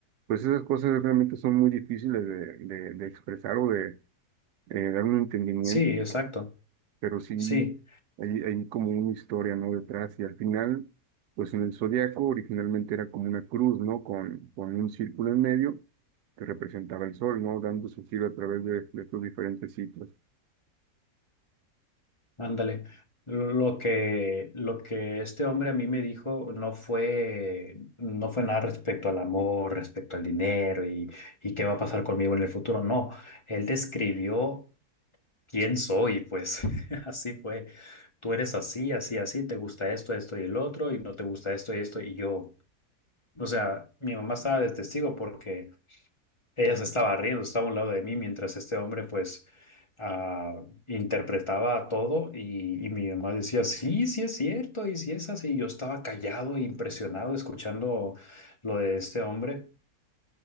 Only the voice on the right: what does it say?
pues esas cosas realmente son muy difíciles de, de, de expresar o de, eh, dar un entendimiento,
pero sí
hay, hay como una historia, ¿no? Detrás y al final, pues en el zodiaco originalmente era como una cruz, ¿no? Con, con un círculo en medio que representaba el sol, ¿no? Dando su giro a través de, de sus diferentes ciclos.